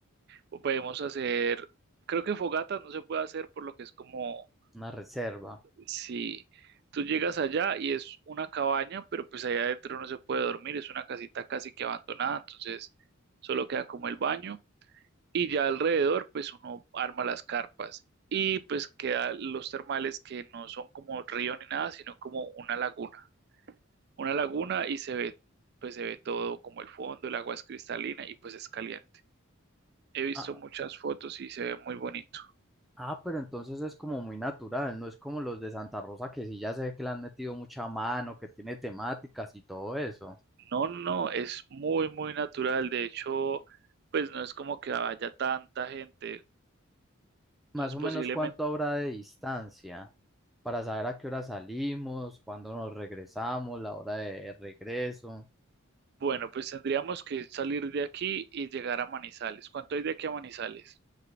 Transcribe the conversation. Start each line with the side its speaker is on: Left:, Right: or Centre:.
Right: O podemos hacer, creo que fogata no se puede hacer por lo que es como
Centre: Una reserva.
Right: si tú llegas allá y es una cabaña, pero pues allá adentro no se puede dormir, es una casita casi que abandonada, entonces solo queda como el baño y ya alrededor pues uno arma las carpas y pues queda los termales que no son como río ni nada, sino como una laguna, una laguna y se ve pues se ve todo como el fondo, el agua es cristalina y pues es caliente. He visto
Centre: Ah,
Right: muchas fotos y se ve muy bonito.
Centre: ah, pero entonces es como muy natural, no es como los de Santa Rosa que sí ya sé que le han metido mucha mano, que tiene temáticas y todo eso.
Right: No, no, no, es muy, muy natural. De hecho, pues no es como que vaya tanta gente.
Centre: Más
Right: Entonces,
Centre: o
Right: posiblemente,
Centre: menos cuánto habrá de distancia para saber a qué hora salimos, cuándo nos regresamos, la hora de regreso.
Right: bueno, pues tendríamos que salir de aquí y llegar a Manizales. ¿Cuánto hay de aquí a Manizales?